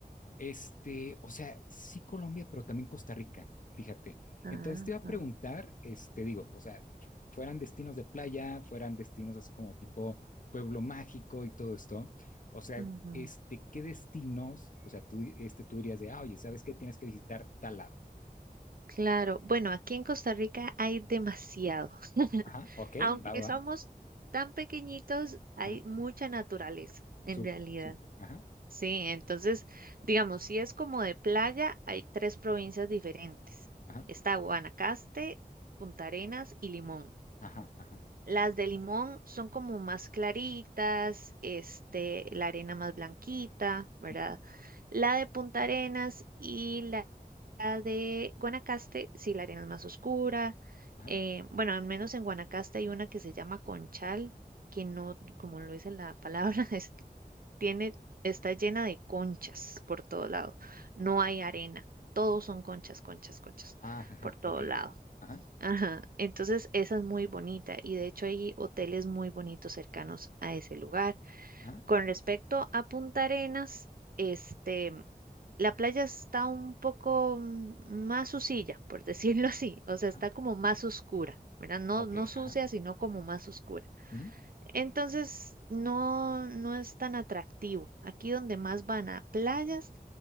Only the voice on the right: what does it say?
Ah,
ah,
ujú.
Claro, bueno, aquí en Costa Rica hay demasiados.
Aunque
somos
tan pequeñitos, hay
mucha naturaleza, en
realidad.
Sí, entonces, digamos, si es como de playa, hay tres provincias diferentes.
Está Guanacaste, Punta Arenas y Limón.
Las de limón son como más claritas, este, la arena más blanquita, ¿verdad?
La de Punta Arenas y la la de Guanacaste, sí, la arena es más oscura.
Eh, bueno, al menos en Guanacaste hay una que se llama Conchal, que no, como lo dice la palabra, <laughs> es-
tiene, está llena de conchas por todo lado.
No hay arena, todos son conchas, conchas, conchas
por todo
lado.
Ajá, entonces esa es muy bonita y de hecho hay hoteles muy bonitos cercanos a ese lugar.
Con respecto a Punta Arenas, este, la playa está un poco mm, más sucilla, por <laughs> decirlo así, o sea,
está como más oscura, ¿verdad? No,
no sucia,
sino como más oscura.
Entonces, no, no es tan atractivo. Aquí donde más van a playas